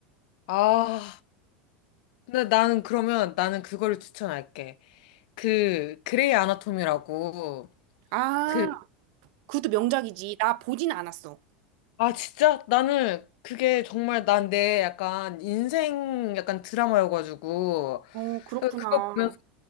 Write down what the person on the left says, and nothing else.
아, 근데 나는 그러면 나는 그거를 추천할게. 그, 그레이 아나토미라고
그
아, 진짜? 나는 그게 정말 난 내 약간 인생 약간 드라마여가지고
그거 보면서